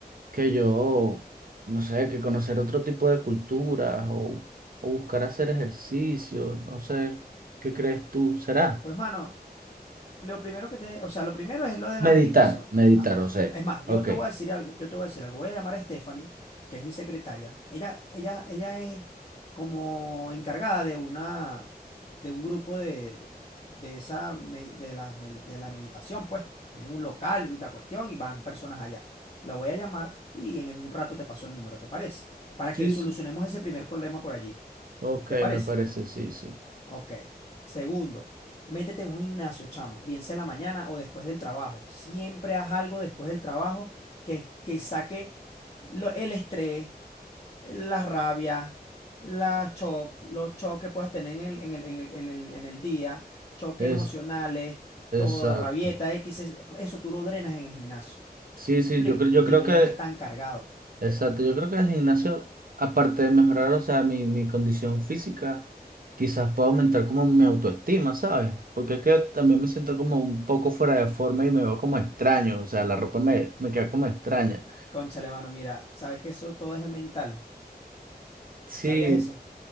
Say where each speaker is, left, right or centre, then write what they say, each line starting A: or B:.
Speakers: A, on the right; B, on the left.
A: que yo, no sé, que conocer otro tipo de culturas o, o buscar hacer ejercicio, no sé, ¿qué crees tú? ¿Será?
B: Pues, mano, Lo primero que te, o sea, lo primero es lo de la
A: Meditar,
B: meditación.
A: meditar,
B: Ajá.
A: o sea,
B: Es más, yo
A: ok.
B: te voy a decir algo, yo te voy a decir algo. Voy a llamar a Stephanie, que es mi secretaria. Ella, ella, ella es como encargada de una, de un grupo de, de esa, me- de la, me- de la meditación, pues. Tienen un local, la cuestión, y van personas allá. La voy a llamar y en un rato te paso el número, ¿te parece? Para
A: Sí,
B: que solucionemos
A: sí.
B: ese primer problema por allí.
A: Ok,
B: ¿Te parece?
A: me parece, sí, sí.
B: Ok. Segundo, métete en un gimnasio, chamo, bien sea en la mañana o después del trabajo. Siempre haz algo después del trabajo que, que saque lo- el estrés, la rabia, la cho- los choques que puedas tener en el, en el- en el- en el- en el día, choques
A: Es
B: emocionales,
A: exacto.
B: todo, rabieta, X, es- eso tú lo drenas en el gimnasio.
A: Sí, sí,
B: ¿Me explico?
A: yo, cre- yo
B: Y
A: creo
B: no
A: que
B: llegas tan cargado.
A: Exacto, yo creo que el gimnasio, aparte de mejorar, o sea, mi, mi condición física, quizás pueda aumentar como mi autoestima, ¿sabes? Porque es que también me siento como un poco fuera de forma y me veo como extraño, o sea, la ropa me, me queda como extraña.
B: Cónchale, mano, mira, sabes que eso todo es mental.
A: Sí,
B: ¿Sabías eso?